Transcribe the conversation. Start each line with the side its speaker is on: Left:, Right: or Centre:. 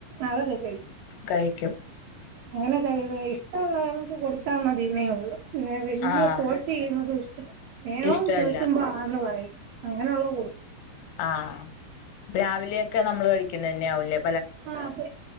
Right: അതൊക്കെ കഴിക്കും
Left: കഴിക്കും
Right: അങ്ങനെ ക ഇഷ്ടമുള്ളവക്ക് കൊടുത്താ മതിന്നേ ഉള്ളു വല്യ
Left: ആഹ്
Right: ഫോഴ്സ് ചെയ്യുന്നതും ഇഷ്ടമല്ല വേണോ
Left: ഇഷ്ടല്ല
Right: ചോദിക്കുമ്പോ ആന്ന് പറയും അങ്ങനെ ഉുള്ളത് കൊടുക്കും
Left: ആഹ രാവിലെയൊക്കെ നമ്മൾ കഴിക്കുന്നത് തന്നെ ആവലേ
Right: ആ അത